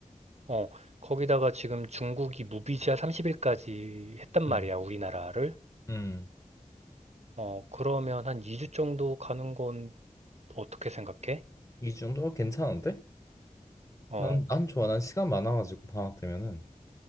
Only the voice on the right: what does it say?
어, 거기다가 지금 중국이 무비자 30일까지 했단 말이야,
우리나라를.
어, 그러면 한 2주 정도 가는 건 어떻게 생각해?
어,